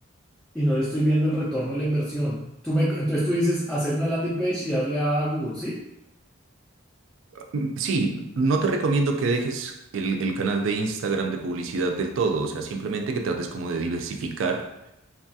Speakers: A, in the centre; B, on the right (about 65°).
A: y no le estoy viendo el retorno de la inversión. Tú me, entonces tú dices hacer una landing page y darle a Google, ¿sí?
B: Mm, Sí, no te recomiendo que dejes el, el canal de Instagram de publicidad del todo, o sea, simplemente que trates como de diversificar